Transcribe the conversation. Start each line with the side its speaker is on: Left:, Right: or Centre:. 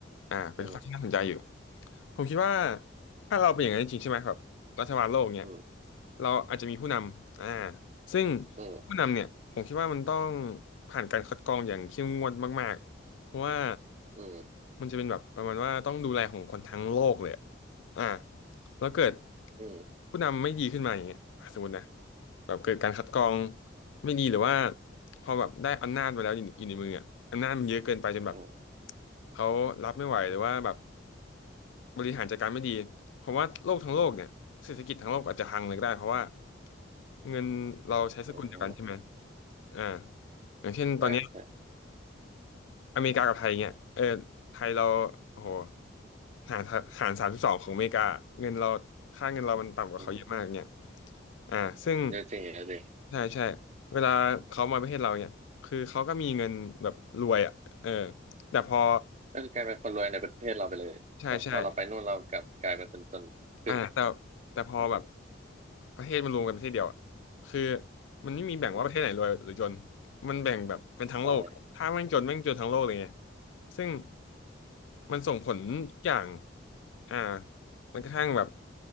Left: อ่าเป็นข้อที่น่าสนใจอยู่
Right: อืม
Left: ผมคิดว่าถ้าเราเป็นอย่างนั้นจริงๆใช่ไหมครับรัฐบาลโลกเนี่ย
Right: อืม
Left: เราอาจจะมีผู้นำอ่าซึ่ง
Right: อืม
Left: ผู้นำเนี่ยผมคิดว่ามันต้องผ่านการคัดกรองอย่างเข้มงวดมากๆเพราะว่า
Right: อืม
Left: มันจะเป็นแบบประมาณว่าต้องดูแลของคนทั้งโลกเลยอะอ่าแล้วเกิด
Right: อืม
Left: ผู้นำไม่ดีขึ้นมาอย่างเงี้ยอ่ะสมมตินะ แบบเกิดการคัดกรองไม่ดีหรือว่าพอแบบได้อำนาจมาแล้วอยู่อยู่ในมืออ่ะอำนาจมันเยอะเกินไปจนแบบ
Right: อืม
Left: เขารับไม่ไหวหรือว่าแบบบริหารจัดการไม่ดีเพราะว่าโลกทั้งโลกเนี่ยเศรษฐกิจทั้งโลกอาจจะพังเลยก็ได้เพราะว่าเงินเราใช้สกุลเดียวกันใช่ไหม
Right: อืมอืม
Left: อ่าอย่างเช่นตอนเนี้ย
Right: ใช่ใช่
Left: อเมริกากับไทยเงี้ยเออไทยเราโอ้โหหารหารสามสิบสองของอเมริกาเงินเราค่าเงินเรามันต่ำกว่าเขาเยอะมากเนี่ย
Right: อืม
Left: อ่าซึ่ง
Right: เยอะจริงเยอะจริง
Left: ใช่ใช่เวลาเขามาประเทศเราเนี่ย คือเขาก็มีเงินแบบรวยอ่ะเออแต่พอ
Right: ก็คือกลายเป็นคนรวยในประเทศเราไปเลย
Left: ใช่ใช่
Right: แต่พอเราไปนู่นเรากลับกลายเป็นคนจนขึ้น
Left: อ่าแต่แต่พอแบบ
Right: อืม
Left: ประเทศมันรวมกันประเทศเดียวอะคือมันไม่มีแบ่งว่าประเทศไหนรวยหรือจน
Right: อืม
Left: มันแบ่งแบบเป็นทั้งโลกถ้าแม่งจนแม่งจนทั้งโลกเลยไง
Right: ใช่
Left: ซึ่งมันส่งผลทุกอย่างอ่ามันกระทั่งแบบ